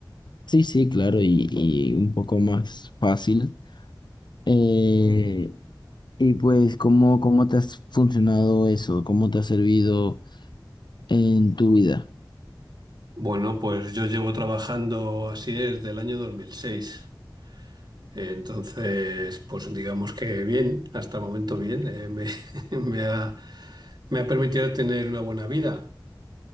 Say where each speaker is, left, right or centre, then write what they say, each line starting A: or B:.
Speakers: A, on the left; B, on the right.
A: Sí, sí, claro, y, y un poco más fácil. Eh, y pues, ¿cómo, cómo te ha funcionado eso? ¿Cómo te ha servido en tu vida?
B: Bueno, pues yo llevo trabajando así desde el año 2006. Entonces, pues digamos que bien, hasta el momento bien, eh, me, <laughs> me ha, me ha permitido tener una buena vida.